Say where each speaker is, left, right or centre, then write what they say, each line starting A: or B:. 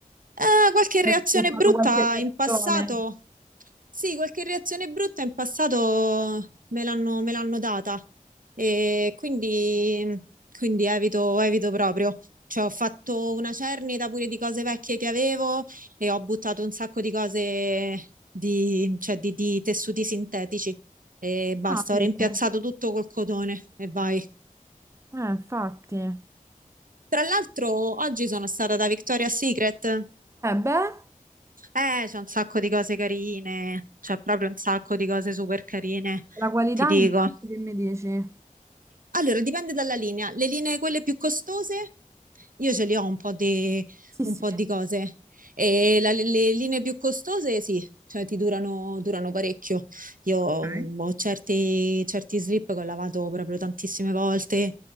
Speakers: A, on the right; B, on the right.
A: Eh, qualche
B: Hai
A: reazione
B: fatto
A: brutta
B: qualche reazione?
A: in passato? Sì, qualche reazione brutta in passato me l'hanno me l'hanno data e quindi, quindi evito, evito proprio. Cioè, ho fatto una cernita pure di cose vecchie che avevo e ho buttato un sacco di cose di, cioè, di, di tessuti sintetici e basta,
B: Ah, vede.
A: ho rimpiazzato tutto col cotone e vai.
B: Eh, infatti. Eh,
A: Tra l'altro, oggi sono stata da Victoria's Secret
B: beh,
A: Eh, c'è un sacco di cose carine, c'è proprio un sacco di cose super carine,
B: la qualità
A: ti dico.
B: in questo che mi dici?
A: Allora, dipende dalla linea. Le linee quelle più costose, io ce li ho un po' di,
B: Sì,
A: un
B: sì.
A: po' di cose. E la- le linee più costose, sì, cioè ti durano, durano parecchio. Io
B: Ok.
A: mm, ho certi, certi slip che ho lavato proprio tantissime volte